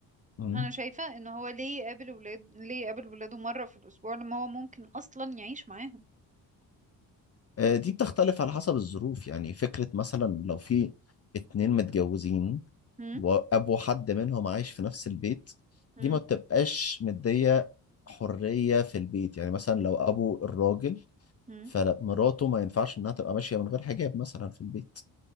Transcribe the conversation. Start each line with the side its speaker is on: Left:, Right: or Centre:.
Left: مم.
Right: انا شايفه ان هو ليه يقابل ولاد ليه يقابل ولاده مره في الاسبوع لما هو ممكن اصلا يعيش معاهم
Left: آه، دي بتختلف على حسب الظروف يعني فكرة مثلا لو في اتنين متجوزين
Right: هم
Left: وأبو حد منهم عايش في نفس البيت
Right: هم
Left: دي ما بتبقاش مدية حرية في البيت يعني مثلا لو أبو الراجل
Right: هم
Left: فمراته ما ينفعش إنها تبقى ماشية من غير حجاب مثلا في البيت